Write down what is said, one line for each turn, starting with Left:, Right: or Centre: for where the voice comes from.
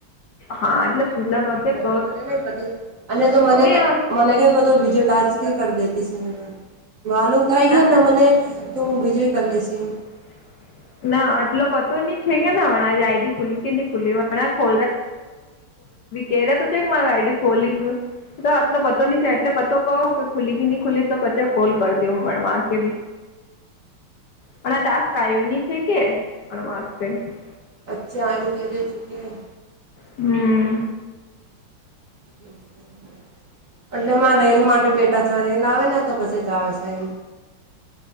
Left: હા. એટલે સુલાભાભી <unintelligible>
Right: તો મને નહીં <unintelligible> એને તો મને કે
Left: ના
Right: મને કે પતો બીજે ટાસ્ક બી કર દેતી સે. માલુમ થઈ ગયોને
Left: ના
Right: મને, તો હું બીજુંઈ કર લેશી.
Left: <inaudible> ના આટલો પતો ની છે ના હમણાં જ આઈડી ખુલી કે નહીં ખુલી <unintelligible> કેરા તો છે કે મારું આઈડી ખોલી ગયું. તો આટલો પતો ની છે એટલે પતો કહોન કે ખુલી કી ની ખુલી, તો પછે કોલ કર <unintelligible> પણ આ ટાસ્ક આયુ ની છે કે <unintelligible>
Right: અચ્છા. એમ <unintelligible>
Left: હમ્મ.
Right: <inaudible> એટલે મા રેલ માટે બેઠા છે, રેલ આવે ને તો પછી જાવે છે એમ.